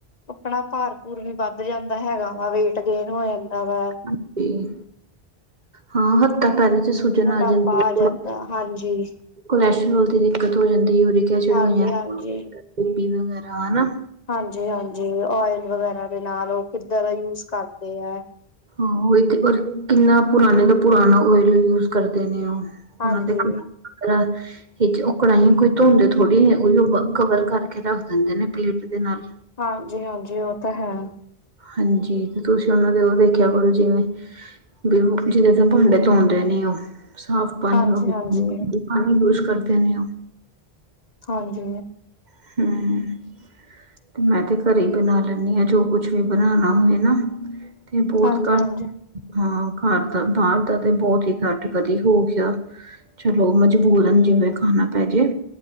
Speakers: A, on the left; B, on the right.
A: ਆਪਣਾ ਪਾਰ-ਪੂਰ ਵੀ ਵੱਧ ਜਾਂਦਾ ਹੈਗਾ ਵਾ ਵੇਟ ਗੇਨ ਹੋ ਜਾਂਦਾ ਵੈ
B: ਹਾਂਜੀ, ਹਾਂ ਹੱਥਾਂ-ਪੈਰਾ ਚ ਸੁਜਨ
A: ਮੋਟਾਪਾ
B: ਆ ਜਾਂਦੀ ਹੈ
A: ਆ ਜਾਂਦਾ ਹਾਂਜੀ।
B: ਕੋਲੈਸਟਰੋਲ ਦੀ ਦਿੱਕਤ ਹੋ ਜਾਂਦੀ ਏ, ਯੂਰਿਕ ਐਸਿਡ
A: ਹਾਂਜੀ
B: ਹੋ
A: ਹਾਂਜੀ
B: <inaudible> ਬੀਪੀ ਵਗੈਰਾ ਹਨਾ
A: ਹਾਂਜੀ-ਹਾਂਜੀ, ਓਇਲ ਵਗੈਰਾ ਦੇ ਨਾਲ ਉਹ ਕਿੱਦਾ ਦਾ ਯੂਜ਼ ਕਰਦੇ ਐ।
B: ਹਾਂ, ਓਹੀ ਤੇ ਓਰ ਕਿੰਨਾ ਪੁਰਾਣੇ ਦਾ ਪੁਰਾਣਾ ਓਏਲ ਯੂਜ਼ ਕਰਦੇ ਨੇ ਓ-
A: ਹਾਂਜੀ,
B: ਹਾਂ ਦੇਖੋ <unintelligible> ਵੇਚ ਓ ਕੜਾਈ ਕੋਈ ਧੋਂਦੇ ਥੋੜ੍ਹੀ ਨੇ ਓਇਯੋ ਕਵਰ ਕਰਕੇ ਰੱਖ ਦਿੰਦੇ ਨੇ ਪਲੇਟ ਦੇ ਨਾਲ।
A: ਹਾਂਜੀ-ਹਾਂਜੀ ਓ ਤਾਂ ਹੈ।
B: ਹਾਂਜੀ ਤੁਸੀਂ ਓਨਾ ਦੇ ਉਹ ਦੇਖਿਆ ਕਰੋ। ਜਿਵੇਂ ਬੀਉ, ਜਿਦੇ ਤੇ ਪਾਂਡੇ ਤੌਂਨਦੇ ਨੀ ਓ ਸਾਫ਼ ਪਾਣੀ
A: ਹਾਂਜੀ-ਹਾਂਜੀ,
B: ਵਗ <inaudible> ਪਾਣੀ ਯੂਜ ਕਰਦੇ ਨੇ ਓ
A: ਹਾਂਜੀ
B: ਹੂੰ। ਮੈਂ ਤੇ ਘਰੇ ਹੀ ਬਣਾ ਲੈਂਨੀ ਆ ਜੋ ਕੁਛ ਵੀ ਬਣਾਣਾ ਹੋਏ ਨਾ ਤੇ ਬੋਤ
A: ਹਾਂਜੀ-ਹਾਂਜੀ,
B: ਕੱਟ ਹਾਂ ਘਰ ਦਾ, ਬਾਰ ਦਾ ਤੇ ਬੋਤ ਹੀ ਕੱਟ ਕਦੀ ਹੋ ਗਿਆ ਚਲੋ ਮਜ਼ਬੂਰਨ ਜਿਵੇਂ ਖਾਣਾ ਪੈ ਜੇ